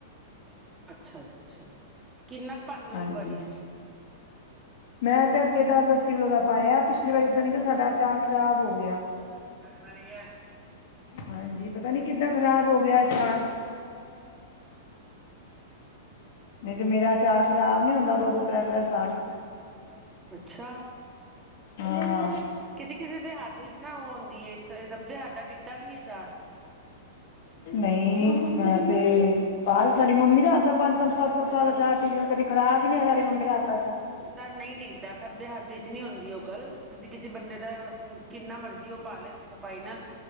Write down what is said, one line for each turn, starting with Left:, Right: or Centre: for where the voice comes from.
Right: ਅੱਛਾ-ਅੱਛਾ। ਕਿੰਨਾ ਕ ਪਾਂਦੇ ਔ
Left: ਹਾਂਜੀ
Right: ਇਕ ਵਾਰੀ 'ਚ?
Left: ਮੈਂ ਤੇ ਅੱਗੇ ਦੱਸ-ਦੱਸ ਕਿੱਲੋ ਦਾ ਪਾਇਆ। ਪਿਛਲੀ ਵਾਰੀ ਪਤਾ ਨੀ ਕਿਉਂ ਸਾਡਾ ਅਚਾਰ ਖ਼ਰਾਬ ਹੋ ਗਿਆ।
Right: ਬੈਠਨਾ ਨੀ ਐ।
Left: ਹਾਂਜੀ। ਪਤਾ ਨੀ ਕਿਦਾਂ ਖ਼ਰਾਬ ਹੋ ਗਿਆ ਅਚਾਰ। ਨਹੀਂ ਤੇ ਮੇਰਾ ਅਚਾਰ ਖ਼ਰਾਬ ਨੀ ਹੁੰਦਾ ਦੋ-ਦੋ, ਤ੍ਰੈ-ਤ੍ਰੈ ਸਾਲ।
Right: ਅੱਛਾ
Left: ਹਾਂ।
Right: ਕਿਸੀ-ਕਿਸੀ ਦੇ ਹੱਥ ਵਿੱਚ ਨਾ ਔ ਹੁੰਦੀ ਏ। ਸ ਸਭ ਦੇ ਹੱਥ ਦਾ ਟਿਕਦਾ ਵੀ ਨੀ ਅਚਾਰ।
Left: ਨਈ ਮੈਂ ਤੇ ਪਾਲ, ਸਾਡੀ ਮੰਮੀ ਦੇ ਹੱਥ ਦਾ ਪੰਜ-ਪੰਜ, ਸੱਤ-ਸੱਤ ਸਾਲ ਅਚਾਰ ਟੀਕ ਕਦੀ ਖਰਾਬ ਈ ਨੀ ਹੋ ਸਾਡੀ ਮੰਮੀ ਦੇ ਹੱਥ ਦਾ ਅਚਾਰ।
Right: ਦਾ ਨਈ ਟਿੱਕਦਾ। ਸਭ ਦੇ ਹੱਥ ਇੱਚ ਨੀ ਹੁੰਦੀ ਔ ਗੱਲ। ਕਿਸੀ-ਕਿਸੀ ਬੰਦੇ ਦਾ ਕਿੰਨਾ ਮਰਜ਼ੀ ਔ ਪਾ ਲੇ ਸਫ਼ਾਈ ਨਾਲ